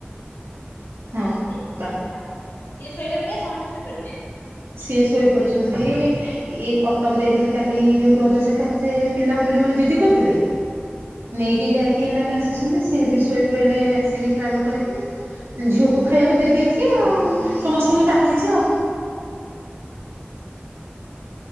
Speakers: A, on the right; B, on the left.
A: ହଁ
B: ଦିହ ଆଉ
A: ବା
B: କଣ କରିବେ। ସିଏ ଶୋଇଲେ ବୋଲି ଆଉ ସମସ୍ତେ ଶୋଇ ପଡିବେ।
A: ସିଏ ଶୋଇ ପଡିଛନ୍ତି। ଇଏ କଟକ ଯାଇଥିଲେ କାଲି ଯୋଉ ରଜ ସେକାସେ ପିଲା ବୁଲିବେ ବୋଲି ଜିଦି କରୁଥିଲେ ନେଇକି ଯାଇକି ଏଇନାକେ ଆସିସନ୍ତି। ସିଏ ବି ଶୋଇପଡ଼ିଲେ ଆସିକି ଟ୍ରାଭେଲ୍ କରିକି। ଝିଅକୁ ଖାଇବାକୁ ଦେଇ ଦେଇଚି। ଆଉ ସମସ୍ତଙ୍କୁ ଡାକିଚି ଆଉ।
B: <inaudible>